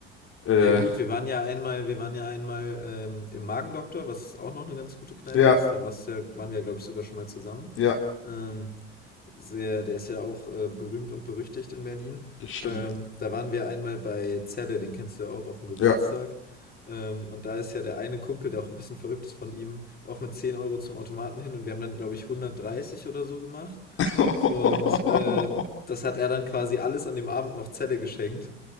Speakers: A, on the left; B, on the left.
A: Äh,
B: Ja gut, wir waren ja einmal, wir waren ja einmal ähm, im Magendoktor, was auch noch eine ganz gute Kneipe
A: ja,
B: ist. Da warst du ja, waren wir ja, glaube ich, sogar schon mal zusammen.
A: ja,
B: Ähm, sehr, der ist ja auch äh, berühmt und berüchtigt in Berlin.
A: das stimmt.
B: Ähm, da waren wir einmal bei Zelle, den kennst du ja auch auf dem Geburtstag.
A: Ja.
B: Ähm, und da ist ja der eine Kumpel, der auch ein bisschen verrückt ist von ihm, auch mit 10 Euro zum Automaten hin und wir haben dann, glaube ich, 130 oder so gemacht.
A: <laughs>
B: Und äh, das hat er dann quasi alles an dem Abend noch Zelle geschenkt.